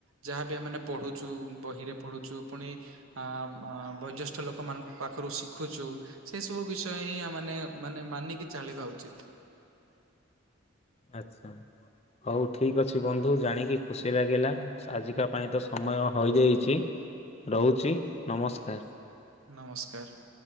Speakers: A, on the right; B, on the left.
A: ଯାହାବି ଆମେମାନେ ପଢୁଛୁ ବହିରେ ପଢୁଛୁ ପୁଣି ଆ ମା ମ୍ ବୟୋଜ୍ୟେଷ୍ଠ ଲୋକ ମାନଙ୍କ ପାଖରୁ ଶିଖୁଛୁ ସେ ସବୁ ବିଷୟ ହିଁ ଆ ମାନେ ମାନେ ମାନିକି ଚାଳିବା ଉଚିତ୍।
B: ଆଚ୍ଛା। ହଉ ଠିକ ଅଛି ବନ୍ଧୁ ଜାଣିକି ଖୁସି ଲାଗିଲା ଆଜିକା ପାଇଁ ତ ସମୟ ହୋଇଯାଇଛି। ରହୁଛି ନମସ୍କାର।
A: ନମସ୍କାର।